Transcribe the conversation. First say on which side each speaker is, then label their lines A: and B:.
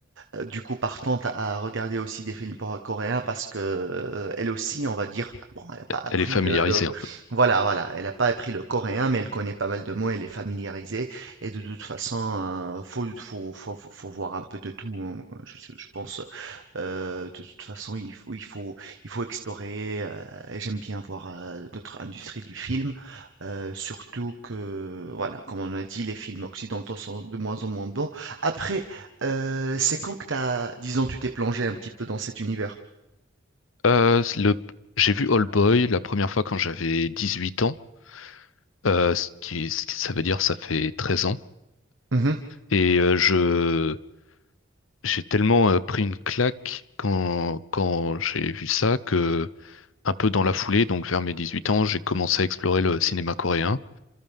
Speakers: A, on the right; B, on the left.
A: euh, du coup partante à regarder aussi des films por- coréens parce que euh, elle aussi, on va dire, bon, elle n'a pas appris
B: elle est familiarisée
A: le, le-
B: un peu.
A: voilà, voilà, elle n'a pas appris le coréen, mais elle connaît pas mal de mots, elle est familiarisée. Et de toute façon, euh, faut, faut, faut, faut- faut voir un peu de tout. hein. Je, je- je pense, euh, de toute façon, il faut, il faut, il faut explorer. euh, et j'aime bien voir euh, d'autres industries du film, euh, surtout que, voilà, comme on a dit, les films occidentaux sont de moins en moins bons. Après, Heu, c'est quand que t'as, disons, tu t'es plongé un petit peu dans cet univers?
B: Euh, le, j'ai vu All Boy la première fois quand j'avais 18 ans, euh, ce qui, ce qui- ça veut dire ça fait 13 ans.
A: Mmh
B: Et euh, je, j'ai tellement euh, pris une claque quand, quand j'ai vu ça que, un peu dans la foulée, donc vers mes 18 ans, j'ai commencé à explorer le cinéma coréen.